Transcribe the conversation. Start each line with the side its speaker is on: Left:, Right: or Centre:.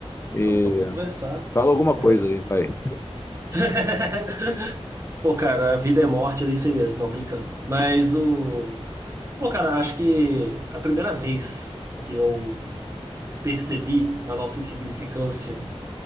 Left: E
Right: Opa, vamos conversar.
Left: fala alguma coisa
Right: É.
Left: aí, vai.
Right: <laughs> Pô, cara, a vida é morte, é isso aí mesmo, não brincando. Mas o. Pô, cara, acho que a primeira vez que eu percebi a nossa insignificância